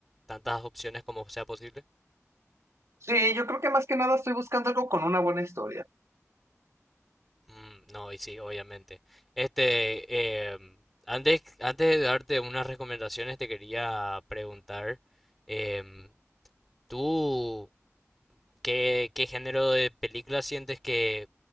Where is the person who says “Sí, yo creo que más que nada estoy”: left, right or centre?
Right